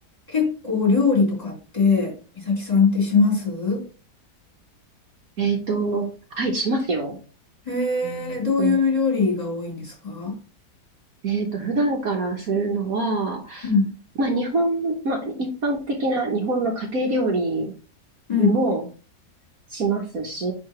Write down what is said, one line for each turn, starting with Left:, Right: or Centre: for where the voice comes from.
Left: 結構料理とかって、美咲さんってします
Right: えっと、はい、しますよ。
Left: へえ、
Right: うんと、
Left: どういう料理が多いんですか
Right: えっと、普段からするのは、
Left: うん。
Right: まあ、日本、まあ、一般的な日本の家庭料理
Left: うん。
Right: もしますし、